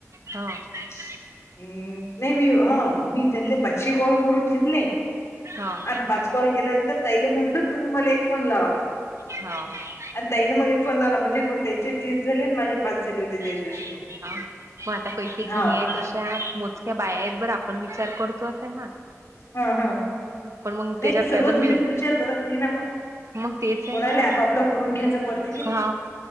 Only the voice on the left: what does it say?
<inaudible> हम्म नाही मी हा मी पाचही कॉल करून घेतले
आणि पाच कॉल केल्यानंतर तईला म्हटल तुम्ही मला एक फोन लावा
आणि तईने मग एक फोन लावला म्हणजे मग त्यांचे तीस झाले आणि माझे पाच झाले होते त्याच
दिवशी मग
हाव.
हा हा
नाही
सर्व
जुनीच
विचार करत नाही ना मग
कोणाला
आपापलं करून घ्यायचं पडत